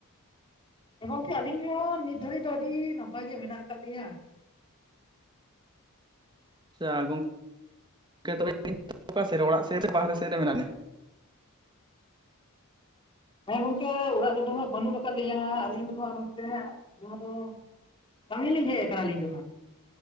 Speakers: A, on the left; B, on the right.
A: ᱜᱚᱝᱠᱮ ᱟᱞᱤᱧ ᱦᱚᱸ ᱱᱤᱛ ᱫᱷᱟᱨᱤᱡ ᱫᱚ ᱟᱹᱰᱤ ᱱᱟᱯᱟᱭ ᱜᱮ ᱢᱮᱱᱟᱜ ᱠᱟᱜ ᱞᱤᱧᱟ᱾
B: ᱟᱪᱪᱷᱟ ᱜᱚᱝᱠᱮ ᱛᱚᱵᱮ <unintelligible> ᱚᱲᱟᱜ ᱥᱮᱫ ᱨᱮ ᱵᱟᱦᱨᱮ ᱥᱮᱫ ᱨᱮ ᱢᱮᱱᱟᱜ ᱵᱤᱱᱟᱹ?
A: ᱵᱟᱝ ᱜᱚᱝᱠᱮ ᱚᱲᱟᱜ ᱨᱮᱫᱚ ᱦᱟᱸᱜ ᱵᱟᱱᱩᱜ ᱠᱟᱜ ᱞᱤᱧᱟᱹ ᱟᱹᱞᱤᱧ ᱫᱚ ᱦᱟᱸᱜ ᱱᱚᱛᱮ ᱡᱟᱦᱟᱸ ᱫᱚ ᱠᱟᱢᱤ ᱞᱤᱧ ᱦᱮᱡ ᱠᱟᱱᱟ ᱟᱞᱤᱧ ᱫᱚ ᱦᱟᱸᱜ᱾